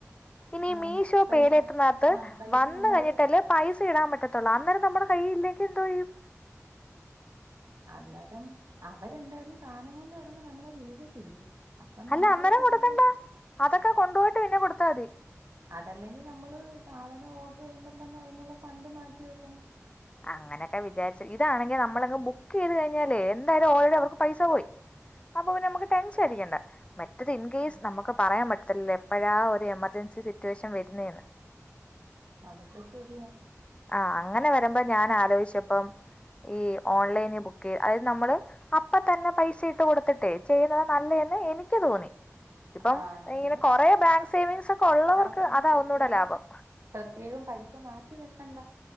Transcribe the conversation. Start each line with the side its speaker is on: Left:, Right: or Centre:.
Left: ഇനി
Right: ആഹ്
Left: മീഷോ
Right: പൈസ
Left: പേരേറ്റനകത്ത്
Right: ആഹ് പൈസ
Left: വന്ന്
Right: നമ്മള്
Left: കഴിഞ്ഞിട്ടല്ലേ. പൈസ ഇടാൻ പറ്റത്തുളു അന്നേരം നമ്മളള കയ്യില്ലെങ്കിൽ എന്തോ യും.
Right: അന്നേരം അവരെന്തായാലും സാധനം കൊണ്ട് വരുമ്പോ. നമ്മളെ വിളിക്കത്തില്ലേ? അപ്പൊ
Left: അല്ല
Right: നമ്മടെ
Left: അനോരം
Right: കയ്യിൽ
Left: കൊടുക്കണ്ട
Right: ഉണ്ടെ
Left: അതൊക്കെ കൊണ്ടുപോയിട്ട്. പിന്നെ കൊടുത്താ മതി.
Right: അതല്ലെങ്കി നമ്മള് സാധനം ഓർഡർ ചെയ്യുമ്പം തന്നെ അതിനുള്ള ഫണ്ട് മാറ്റി വെക്കണം.
Left: അങ്ങനെയൊക്കെ വിചാരിച്ച ഇതാണെങ്കി നമ്മളെങ് ബുക്ക് ചെയ്ത് കഴിഞ്ഞാ എന്തായാലും ഓൾറെഡി അവർക്ക് പൈസ പോയി. അപ്പൊ നമുക്ക് ടെൻഷൻ ആടിക്കണ്ട. മ മറ്റത് ഇൻ കേസ്
Right: ആഹ്
Left: നമുക്ക് പറയാൻ പറ്റത്തില്ലോ എപ്പോഴാ ഒരു എമർജൻസി സിറ്റുവേഷൻ വരുന്നെന്ന്.
Right: അതൊക്കെ ശരിയ.
Left: ആഹ് അങ്ങനെ വരുമ്പോ ഞാൻ ആലോചിച്ചപ്പം ഈ ഓൺലൈനി ബുക്ക് അതായത് നമ്മള്. അപ്പ തന്നെ പൈസ ഇട്ട് കൊടുത്തിട്ടേ ചെയ്യുന്നത്. നല്ല എന്ന് എനിക്ക് തോന്നി. ഇപ്പം
Right: ആഹ് അങ്ങനെ
Left: ഇങ്ങനെ കൊറ ബാങ്ക് സേവിങ്സ് ഒക്കെ ഉള്ളവർക്ക്.
Right: അതാവുമ്പോ ഇനി
Left: അതാ
Right: പ്രത്യേകം
Left: ഒന്നുകൂടെ ലാഭം.
Right: പ്രത്യേകം പൈസ മാറ്റി വെക്കണ്ട